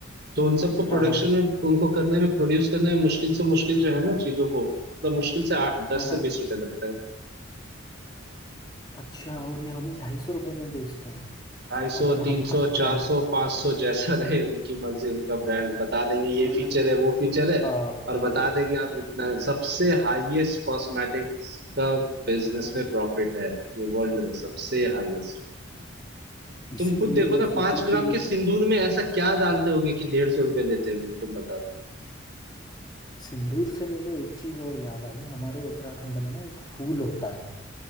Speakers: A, on the right; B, on the left.
A: तो उन सबको
B: हाँ
A: प्रोडक्शन
B: हाँ
A: में उनको करने में प्रोड्यूस करने में मुश्किल से मुश्किल जो है ना चीजों को मतलब मुश्किल से आठ दस
B: हाँ हाँ
A: से बीस रुपए लगता है
B: अच्छा और ये हमें ढाई सौ रुपये में बेचते हैं
A: ढाई सौ
B: अगर
A: तीन
B: हम
A: सौ
B: हाई ब्रांड
A: चार सौ पांच सौ जैसा <laughs> रहे उनकी मर्जी उनका ब्रांड बता देंगे ये
B: अरे
A: फीचर है वो फीचर है
B: बाप
A: और
B: रे
A: बता देंगे और इतना सबसे हाईएस्ट कॉस्मेटिक्स का बिजनेस में प्रॉफिट है ये वर्ल्ड में सबसे हाईएस्ट
B: इसीलिए
A: तुम खुद देखो
B: मैं
A: ना
B: सोचूं
A: पांच ग्राम
B: कि
A: के सिंदूर में ऐसा क्या डालते होंगे कि डेढ़ सौ रुपए लेते होंगे तुम बता
B: सिंदूर से मेरे को एक चीज़ और याद आई हमारे उत्तराखंड में ना एक फूल होता है